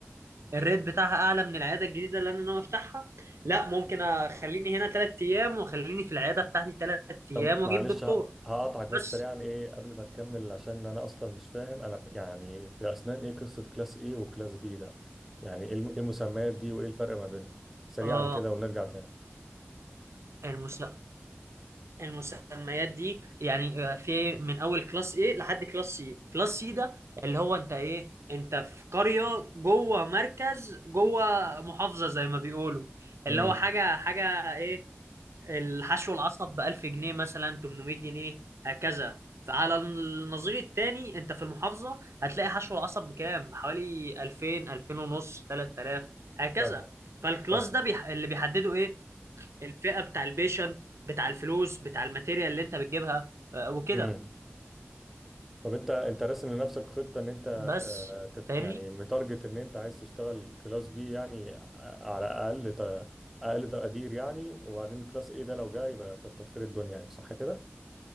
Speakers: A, on the right; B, in the centre.
A: الريت بتاعها اعلى من العياده الجديده اللي انا ناوي افتحها لا ممكن اخليني هنا ثلاث ايام واخليني في العياده بتاعتي ثلاث ايام
B: طب
A: واجيب
B: معلش
A: دكتور
B: ه- هقطعك بس
A: بس
B: سريعا ايه قبل ما تكمل عشان انا اصلا مش فاهم انا ف- يعني في الاسنان ايه قصة كلاس ايه وكلاس بي ده يعني ايه الم- إيه المسميات دي وايه الفرق ما بينهم سريعا
A: اه
B: كده ونرجع تاني
A: المس... المسميات دي يعني آه، في من اول كلاس ايه لحد كلاس سي كلاس سي ده اللي هو انت ايه انت في قرية جوه مركز جوه محافظة زي ما بيقولوا
B: امم
A: اللي هو حاجة حاجة ايه الحشو العصب ب 1000 جنيه مثلا 800 جنيه هكذا فعلى النظير التاني انت في المحافظة هتلاقي حشو العصب بكام بحوالي 2000 2000 ونص 3000 هكذا
B: فاهمك
A: فالكلاس
B: فاهم
A: ده بيح... اللي بيحدده ايه الفئة بتاع البيشنت بتاع الفلوس بتاع الماتيريال اللي انت بتجيبها آه، وكده
B: امم طب انت انت راسم لنفسك خطة ان انت
A: بس
B: آه، تت-
A: فاهمني
B: يعني متارجت ان انت عايز تشتغل كلاس بي يعني ع- على اقل ت- اقل تقدير يعني وبعدين كلاس ايه ده لو جه يبقى كتر خير الدنيا يعني صح كده